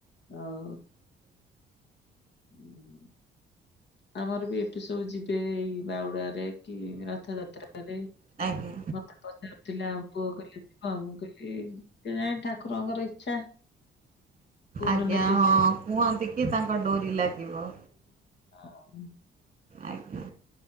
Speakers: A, on the left; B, on the right.
A: ଆଉ ଉଁ, ଆମର ବି ଏଠି ସବୁ ଯିବେ ଏଇ ବାହୁଡ଼ା ରେ। କି ରଥଯାତ୍ରା ରେ।
B: ଆଜ୍ଞା ଆଜ୍ଞା
A: ମତେ ପଚାରୁଥିଲା ଆମ ପୁଅ କହିଲା ମୁଁ କହିଲି କେଜାଣି ଠାକୁରଙ୍କର ଇଚ୍ଛା। କୋଉଦିନ
B: ଆଜ୍ଞା
A: ନେବେ
B: ହଁ
A: ସେ
B: କୁହନ୍ତି କି ତାଙ୍କ ଡୋରି ଲାଗିବ।
A: ହଁ।
B: ଆଜ୍ଞା।